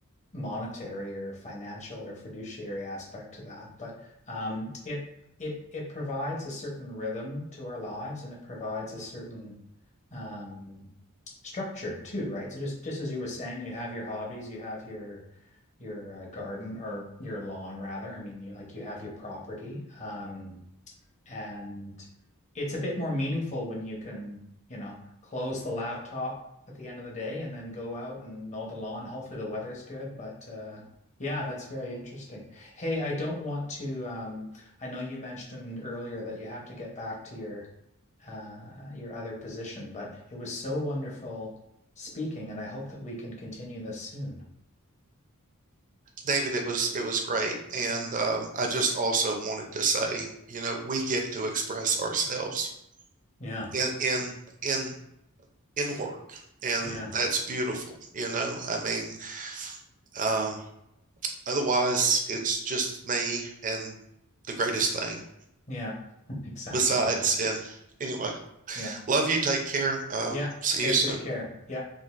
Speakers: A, on the left; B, on the right.
A: monetary or financial or fiduciary aspect to that, but um, it it it provides a certain rhythm to our lives and it provides a certain um, structure too, right? So just just as you were saying, you have your hobbies, you have your your uh, garden or your lawn rather. I mean, you like you have your property. Um, and it's a bit more meaningful when you can, you know, close the laptop at the end of the day and then go out and mow the lawn. Hopefully the weather's good, but uh yeah, that's very interesting. Hey, I don't want to um I know you mentioned earlier that you have to get back to your uh your other position, but it was so wonderful speaking and I hope that we can continue this soon.
B: David, it was it was great, and um, I just also wanted to say, you know, we get to express ourselves
A: Yeah.
B: in in in in work, and
A: Yeah.
B: that's beautiful. You know, I mean, um, Otherwise, it's just me and the greatest thing
A: Yeah. <laughs> Exactly.
B: besides.
A: Yeah.
B: And anyway,
A: Yeah.
B: love you. Take care. Uh,
A: Yeah.
B: see
A: Take
B: you soon.
A: good care. Yeah.